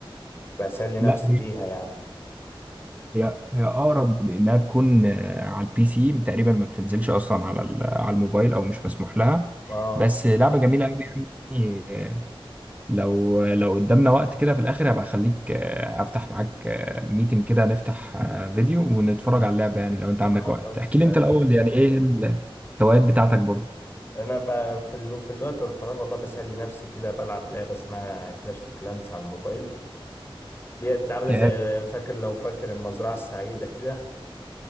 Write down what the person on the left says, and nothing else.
بسلي نفسي
بيها يعني
اه
خلاص
انا ب... في, الو... في الوقت والفراغ والله بسهل لنفسي كده بلعب لعبه اسمها كلاش اوف كلانس على الموبايل ديت عامله
زي فاكر لو فاكر المزرعه السعيده كده